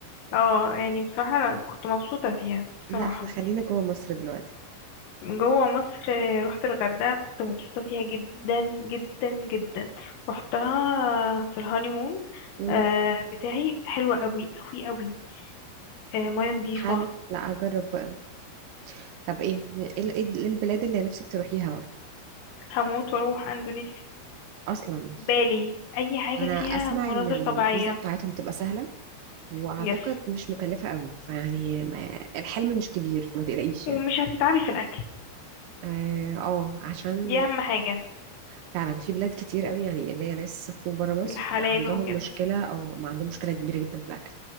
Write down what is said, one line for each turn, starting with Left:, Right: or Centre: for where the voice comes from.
Left: اه يعني بصراحة انا كنت مبسوطة فيها بصراحة
Right: لا احنا خلينا جوه مصر دلوقتي
Left: جوه مصر آه، رحت الغردقة كنت مبسوطة فيها جدا جدا جدا رحتها في الهانيمون
Right: مم.
Left: آه بتاعي حلوة قوي قوي قوي آه مياه نضيفة
Right: حلو لا اجرب بقى طب ايه ايه إيه البلاد اللي نفسك تروحيها بقى
Left: هموت واروح اندونيسيا
Right: اصلا
Left: بالي اي حاجة
Right: انا
Left: فيها
Right: اسمع
Left: مناظر
Right: ان الفيزا
Left: طبيعية
Right: بتاعتهم بتبقى سهله واعتقد
Left: يس
Right: مش مكلفه قوي فيعني ما- الحلم مش كبير فما تقلقيش
Left: ومش
Right: يعني
Left: هتتعبي في الاكل
Right: اه آه، عشان
Left: دي اهم حاجة
Right: فعلا في بلاد كتير قوي يعني اللي هي ناس سافروا بره مصر
Left: الحلال
Right: بقى عندهم
Left: وكده
Right: مشكله او ما عندهم مشكله كبيره جدا في الاكل